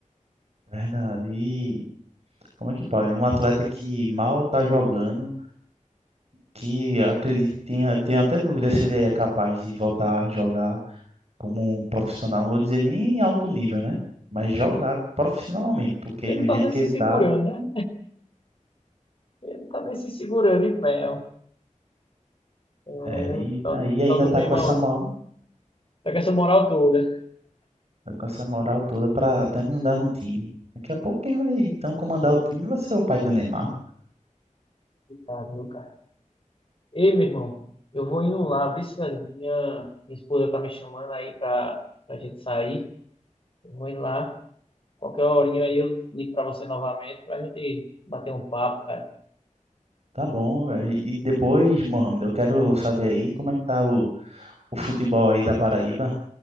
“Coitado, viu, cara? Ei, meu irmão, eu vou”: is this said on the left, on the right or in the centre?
Left